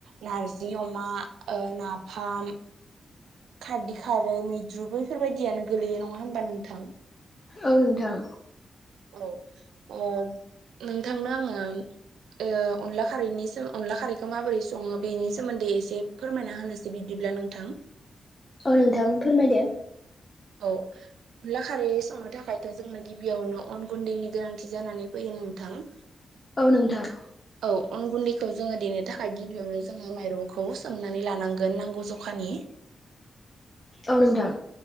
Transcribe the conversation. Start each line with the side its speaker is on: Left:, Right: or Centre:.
Right: नारजि अमा ओ नाफाम खारदै खारै मैद्रु बैफोरबायदियानो गोलैयो नङा होमबा नोंथां
Left: औ नोंथां
Right: औ अ नोंथांनो आङो ओ अनला खारैनि अनला खारैखौ माबोरै सङो बेनि सोमोन्दै एसे फोरमायना होनोसै बिदिब्ला नोंथां
Left: औ नोंथां फोरमायदो
Right: औ अनला खारै संनो थाखायथ' जोंना गिबियावनो अन गुन्दैनि गोनांथि जानानै फैयो नोंथां
Left: औ नोंथां
Right: औ अन गुन्दैखौ जोङो देनो थाखाय गिबियावनो जोङो माइरंखौ सोमनानै लानांगोन नांगौ जखानि
Left: औ नोंथां